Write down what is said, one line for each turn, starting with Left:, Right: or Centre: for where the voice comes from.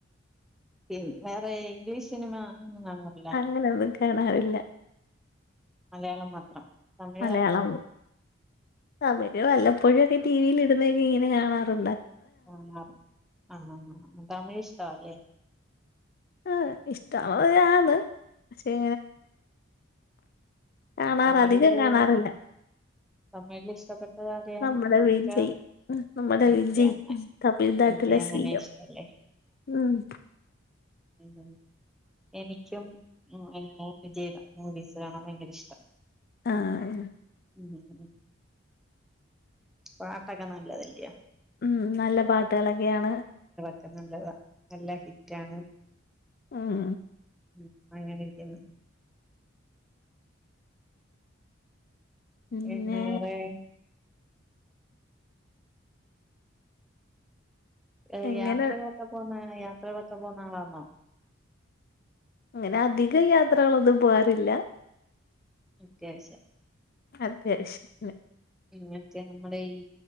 Centre: പിൻ വേറെ ഇംഗ്ലീഷ് സിനിമ അങ്ങനൊന്നും കാണാറില്ല
Left: അങ്ങനൊന്നും കാണാറില്ല
Centre: മലയാളം മാത്രം തമിഴ്
Left: മലയാളം
Centre: കാണുവോ
Left: തമിഴ് വല്ലപ്പോഴൊക്കെ ടി വിൽ ഇടുന്നെ ഇങ്ങി ഇങ്ങനെ കാണാറു
Centre: കാണാറു ആഹ് ആഹ് ആഹ് തമിഴ് ഇഷ്ടവാ ആല്ലേ
Left: ആഹ് ഇഷ്ട <unintelligible> ഒള്ളാരാൾ പക്ഷെ കാണാറ്
Centre: തമിഴിലെത്
Left: അധികം കാണാറില്ല
Centre: തമിഴിൽ ഇഷ്ടപ്പെട്ട ആരെയാ
Left: നമ്മുടെ
Centre: വിജയ്
Left: ഉം നമ്മുടെ
Centre: വിജആണ്ണൻ
Left: വിജയ് തമിഴ്നാട്ടിലെ
Centre: വിജയ് അങ്ങനെ
Left: സി എം
Centre: ഇഷ്ടല്ലേ
Left: ഉം
Centre: ഉം ഉം എനിക്കും മു വിജടെ മൂവീസ് കാണാൻ ഭയങ്കര ഇഷ്
Left: ആഹ്
Centre: ഉം ഉം പാട്ടൊക്കെ നല്ലതെല്ലയൊ
Left: ഉം നല്ല പാട്ടുകളൊക്കെയാണ്
Centre: ക്കെ നല്ലത നല്ല ഹിറ്റാണ്.
Left: ഉം
Centre: ഉം അങ്ങെനിരിക്കുന്നു.
Left: പിന്നെ
Centre: എൻ ആർ എ ഏഹ്
Left: എങ്ങനെ
Centre: യാത്രകളൊക്കെ പോകുന്നെങ്ങനെയാ യാത്രകളൊക്കെ പോകുന്ന ആളാന്നോ?
Left: അങ്ങനെ അധിക യാത്രകളൊന്നും പോവാറില്ല.
Centre: അത്യാവശ്യ
Left: അത്യാവശ്യ അതെ
Centre: എങ്ങൻ ത്യാ നമ്മടെ ഈ